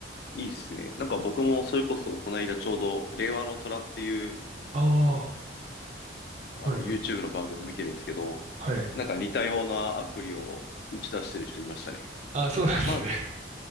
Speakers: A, on the left; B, on the right.
A: いいですね。なんか僕もそれこそ、この間ちょうど、令和の虎っていう、
B: ああ、
A: あの、
B: はいはい。
A: YouTube の番組見てるんですけど、
B: はい。
A: なんか似たようなアプリを打ち出してる人いましたね。
B: ああ、そうなんですね。
A: まあ、